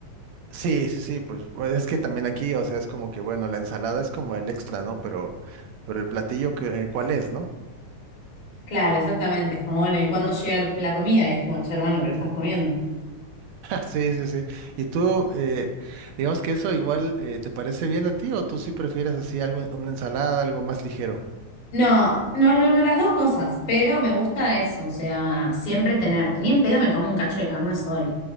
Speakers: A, on the right (about 75°); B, on the left (about 90°).
A: Sí, sí, sí, pues bueno, es que también aquí, o sea, es como que, bueno, la ensalada es como el extra, ¿no? Pero, pero el platillo, que, eh, ¿cuál es, no?
B: Claro, exactamente. Es como, bueno, ¿y cuándo llega la comida? Y es como, che, hermano, pero estás comiendo.
A: Sí, sí, sí. ¿Y tú, eh, digamos que eso igual eh, te parece bien a ti o tú sí prefieres así algo, una ensalada, algo más ligero?
B: No, no, no, no, las dos cosas, pero me gusta eso, o sea, siempre tener, ni en pedo me como un cacho de carne sola,